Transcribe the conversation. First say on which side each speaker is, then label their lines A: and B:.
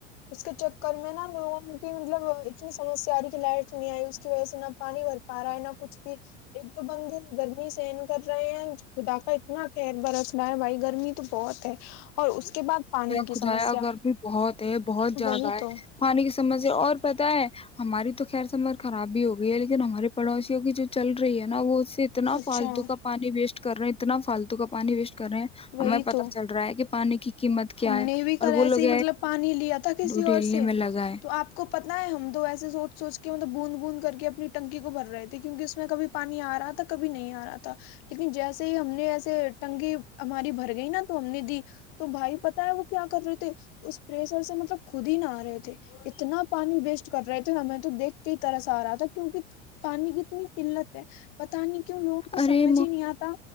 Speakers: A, on the left (about 50°); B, on the left (about 15°).
A: اس کے چکر میں نا لوگوں کی مطلب اتنی سمسیا آاری کی لائٹ نہیں آئی اس کی وجہ سے نہ پانی بھر پا رہا ہے نہ کچھ بھی ایک تو بند گرمی سے کر رہے ہیں خدا کا اتنا کیا پیر برف نہ ہے بھائی گرمی تو بہت ہے اور اس کے بعد پانی کی
B: خجا
A: سمسیا
B: گرمی بہت ہے بہت زیادہ
A: وہی
B: ہے
A: تو
B: پانی کی سمجیا اور پتاہ ہے ہماری تو خیر سمر خرابی ہو گئی ہے لیکن ہمارے پڑوسیوں کی جو چل رہی ہے نا وہ اتنا
A: اچھا
B: فالتو کا پانی ویسٹ کر رہے ہیں اتنا فالتو کا م کریں ہمیں
A: وہی
B: پتتا
A: تو
B: چل رہا ہے کہ کی قیمت کیا
A: ہم
B: ہے
A: نے بھی
B: اور
A: کل ایسے
B: وہ لوگ
A: ہی مطلب پانی لیا تھا کسی
B: ڈھیلنے
A: اور سے
B: میں لگا ہے
A: تو آپ کو پتا ہے ہم دو ایسے سوچ سوچ اس کے مطلب بوند بوند کر کے اپنی نکی کو بھر رہے کیونک اس میں کبھی پانی آ رہا تھا کبھی نہیں آ رہا تھا لیکن جیسے ہی ہم نے ایسے سے ٹنگی اری بھر گئی نا تو ہم نے دی تو بھائی پتا ہے وہ کیا کر رہی اس پریشر سے مطلب خود ہی نہ آ رہے تھے اتنا پانی ویسٹ کر رہے تھے ہمیں تو دیکتے ہی طرح سےا آ رہا تھا کیونکہ پانی کی اتنی قلت ہے پتا نہیں کیوں لوگوں کو
B: ارے
A: سمجھ ہی نہیں آتا